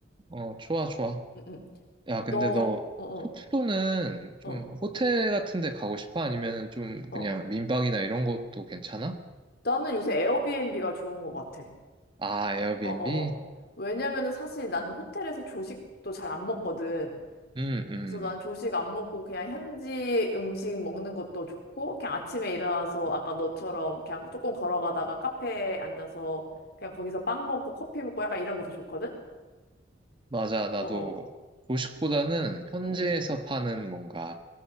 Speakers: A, on the right (about 25°); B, on the left (about 55°).
A: 어, 좋아, 좋아.
B: 응, 응.
A: 야,
B: 너,
A: 근데 너
B: 어, 어,
A: 숙소는 좀
B: 어,
A: 호텔 같은 데 가고 싶어? 아니면은 좀
B: 어.
A: 그냥 민방이나 이런 것도 괜찮아?
B: 나는 요새 에어비앤비가 좋은 것 같아.
A: 아, 에어비앤비?
B: 어, 어, 어. 왜냐면은 사실 난 호텔에서 조식도 잘 안 먹거든.
A: 음, 음.
B: 그래서 난 조식 안 먹고 그냥 현지 음식 먹는 것도 좋고, 그냥 아침에 일어나서 아까 너처럼 그냥 조금 걸어가다가 카페에 앉아서 그냥 거기서 빵 먹고 커피 먹고 약간 이런 게 더 좋거든?
A: 맞아. 나도
B: 어어.
A: 도식보다는 현지에서
B: 응응.
A: 파는 뭔가